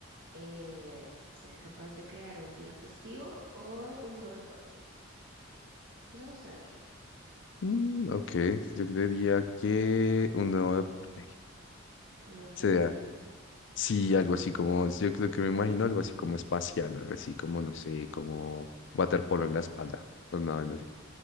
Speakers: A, on the right; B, on the left.
A: eh, ¿ser capaz de crear un día festivo o un nuevo deporte? Empezamos tranqui.
B: Mm, ok, yo creería que un nuevo deporte
A: nuevo deporte?
B: sea, sí, algo así como, yo creo que me imagino algo así como espacial, algo así como, no sé, como waterpolo en la espalda, o nada, no sé.